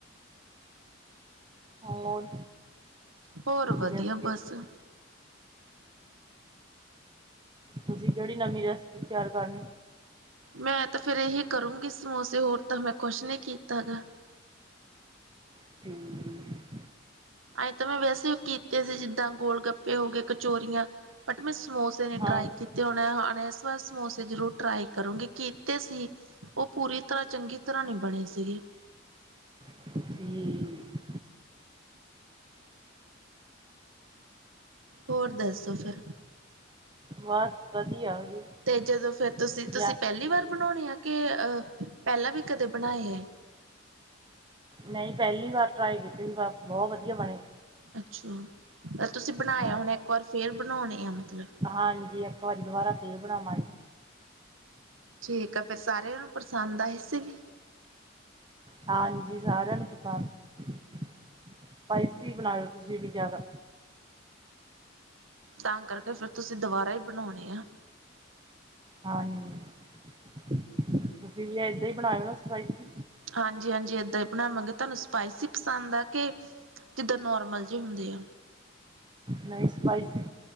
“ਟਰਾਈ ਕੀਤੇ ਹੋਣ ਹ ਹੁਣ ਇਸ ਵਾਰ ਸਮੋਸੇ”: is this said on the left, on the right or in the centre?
Right